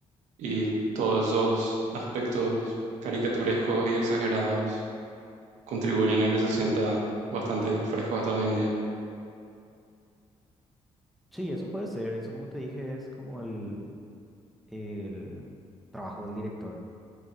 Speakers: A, on the right; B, in the centre.
A: Y todos esos aspectos caricaturescos y exagerados contribuyen a que se sienta bastante fresco hasta hoy en día.
B: Sí, eso puede ser, eso como te dije es como el, el trabajo del director.